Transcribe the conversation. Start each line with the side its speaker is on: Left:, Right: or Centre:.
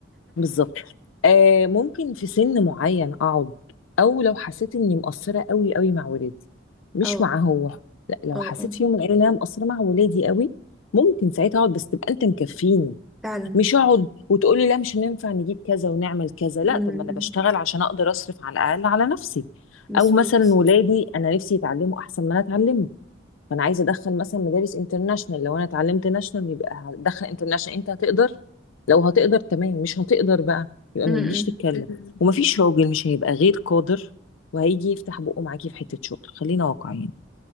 Left: بالظبط آه ممكن في سن معين اقعد او لو حسيت اني مقصره قوي قوي مع ولادي
Centre: <laughs>
Left: مش
Centre: اه
Left: مع هو لا لو
Centre: اه
Left: حسيت
Centre: اه
Left: في يوم من الايام ان انا مقصره مع ولادي قوي ممكن ساعتها اقعد بس تبقى انت مكفيني
Centre: فعلا
Left: مش اقعد وتقولي لا مش هننفع نجيب كذا ونعمل كذا لا
Centre: أمم.
Left: طب ما انا بشتغل عشان اقدر اصرف على الاقل على نفسي
Centre: مظبوط
Left: او مثلا ولادي انا نفسي يتعلموا احسن ما انا اتعلمه فانا عايزه ادخل مثلا مدارس انترناشونال لو انا اتعلمت ناشونال يبقى هدخل انترناشونال انت هتقدر لو هتقدر تمام مش هتقدر بقى يبقى
Centre: امم
Left: ما تجيش تتكلم <laughs> ومفيش راجل مش هيبقى غير قادر وهيجي يفتح بقه معاكي في حته شغل خلينا واقعيين